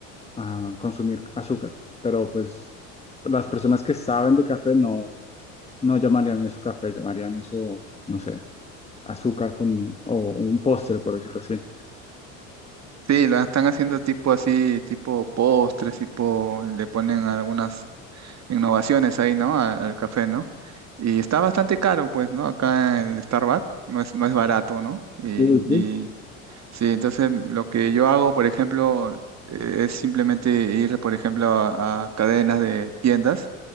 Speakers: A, on the left; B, on the right.
A: a consumir azúcar, pero pues las personas que saben de café no, no llamarían eso café, llamarían eso, no sé, azúcar con, o un póster, por decirlo así.
B: Sí, lo están haciendo tipo así, tipo postres, tipo, le ponen algunas innovaciones ahí, ¿no? Al, al café, ¿no? Y está bastante caro, pues, ¿no? Acá en el Starbucks no es, no es barato, ¿no? Y,
A: Uy, sí.
B: y sí, entonces lo que yo hago, por ejemplo, eh, es simplemente ir, por ejemplo, a, a cadenas de tiendas